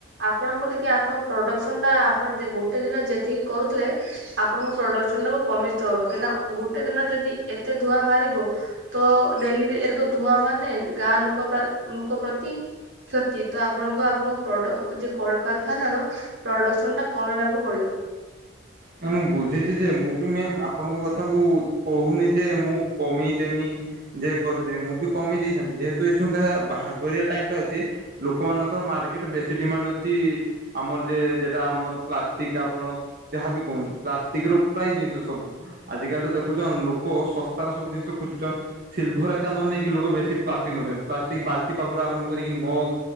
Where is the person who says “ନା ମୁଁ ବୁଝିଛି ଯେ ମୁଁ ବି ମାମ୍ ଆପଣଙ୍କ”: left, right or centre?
Right